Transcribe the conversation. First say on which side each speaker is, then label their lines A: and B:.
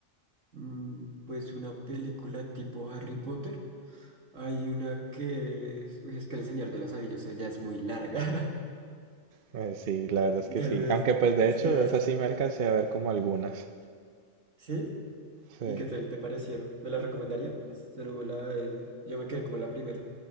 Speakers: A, on the right (about 70°); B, on the right (about 50°).
A: Mm, pues una película tipo Harry Potter. Hay una que es... Uy, es que El Señor de los Anillos eh, ya es muy larga.
B: Eh, sí, la
A: <laughs>
B: verdad es que
A: Tal
B: sí.
A: vez.
B: Aunque pues de
A: Sí,
B: hecho de
A: basta.
B: esas sí me alcancé a ver como algunas.
A: ¿Sí?
B: Sí.
A: ¿Y qué tal te parecieron? ¿Me la recomendarías? Yo no me la... eh, Yo me quedé como la primera.